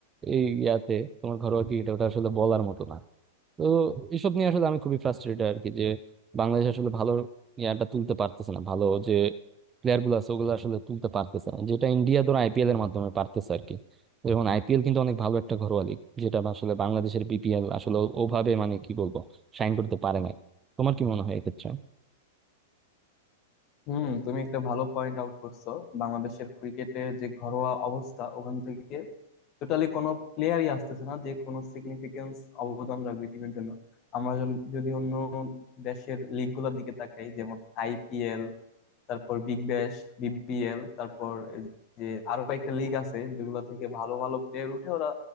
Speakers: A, on the right; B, on the left.
A: এই ইয়াতে তোমার ঘরোয়া ক্রিকেট ওটা আসলে বলার মতো না তো এসব নিয়ে আসলে আমি খুবই ফ্রাস্ট্রেটেড আর কি যে বাংলাদেশ আসলে ভালো ইয়াটা তুলতে পারতেছে না ভালো প্লেয়ার গুলো আছে ওগুলো আসলে তুলতে পারতেছে না যেটা ইন্ডিয়া ধরো আইপিএল এর মাধ্যমে পারতেছে আর কি যেমন আইপিএল কিন্তু অনেক ভালো একটা ঘরোয়া লিগ যেটা আসলে বাংলাদেশের বিপিএল আসলে ও- ওভাবে মানে কি বলবো শাইন করতে পারে না তোমার কি মনে হয় এক্ষেত্রে
B: হুম তুমি একটা ভালো পয়েন্ট আউট করছো বাংলাদেশের ক্রিকেটের যে ঘরোয়া অবস্থা ওখান থেকে টোটালি কোনো প্লেয়ারই আসতেছে না যে কোনো সিগনিফিকেন্স অবদান রাখবে টিমের জন্য আমরা জন- যদি অন্য দেশের লিগ গুলার দিকে তাকাই যেমন আইপিএল তারপর বিগ ব্যাশ বিবিএল তারপর এই যে আরো কয়েকটা লিগ আছে যেগুলো থেকে ভালো ভালো প্লেয়ার উঠে ওরা